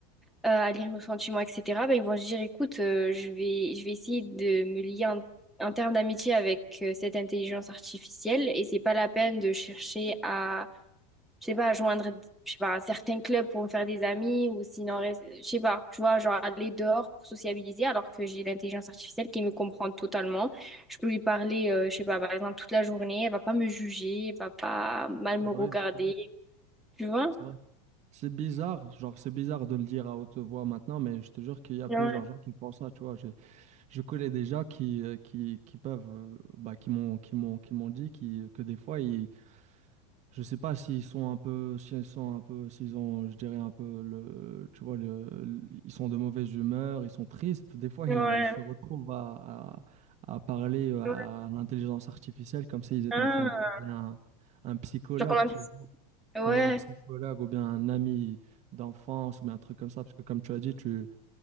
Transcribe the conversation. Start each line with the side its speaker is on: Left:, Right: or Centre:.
Centre: à lire nos sentiments, etc. Ben, ils vont se dire, écoute, euh, je vais, je vais essayer de me lier en, en termes d'amitié avec euh, cette intelligence artificielle et c'est pas la peine de chercher à je sais pas, joindre, je sais pas, certains clubs pour me faire des amis ou sinon, res- je sais pas, tu vois, genre aller dehors pour sociabiliser alors que j'ai l'intelligence artificielle qui me comprend totalement. Je peux lui parler, euh, je sais pas, par exemple, toute la journée, elle va pas me juger, elle va pas mal
Right: C'est
Centre: me
Right: vrai,
Centre: regarder,
Right: c'est vrai.
Centre: tu vois?
Right: C'est vrai. C'est bizarre, genre c'est bizarre de le dire à haute voix maintenant, mais je te jure qu'il y a
Centre: Ouais,
Right: plusieurs gens qui pensent ça, tu vois. J'ai, je connais des gens qui, euh, qui, qui peuvent, euh, bah, qui m'ont, qui m'ont, qui m'ont dit qui, euh, que des fois, ils, je sais pas s'ils sont un peu, s'ils sont un peu, s'ils ont, je dirais un peu le, tu vois, le, le- ils sont de mauvaise humeur, ils sont tristes. Des fois,
Centre: ouais,
Right: ils, se retrouvent à, à, à parler euh, à
Centre: ouais.
Right: l'intelligence artificielle comme s'ils étaient
Centre: Ah,
Right: en train de parler à un, un psychologue,
Centre: genre comme un
Right: tu
Centre: psy.
Right: vois
Centre: Ouais.
Right: comme un psychologue ou bien un ami d'enfance ou bien un truc comme ça, parce que comme tu as dit, tu,